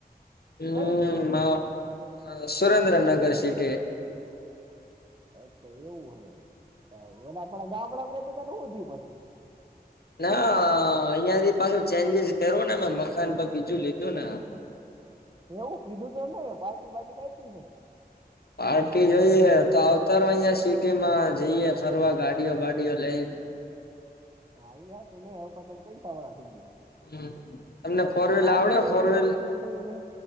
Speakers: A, on the left; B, on the right.
A: હમ
B: કઈ સિટીમાં
A: મા સુરેન્દ્રનગર સિટી
B: અચ્છા એવું હેને આપડ ગામડા રેતોધયું પછી
A: ના અહિયાયાથી પાછું ચેન્જીસ કરું ને મે મકાન પર બીજું લીધું ને
B: એવું કીધું તો ને પાર્ટી મા આપી ને
A: પાર્ટી જોઈએ તો આવતાર અહિયાં સિટી માં જઈએ ફરવા ગાડીઓ વાડીઓ લઈને
B: આવીયા તું નઈ હ તમે પૈસા વાળડા થઈ ગયા
A: હમ તમને ફોર વ્હીલ
B: પાર્ટી
A: આવડે
B: એી
A: ફોર વ્હીલ
B: ન કીધું એને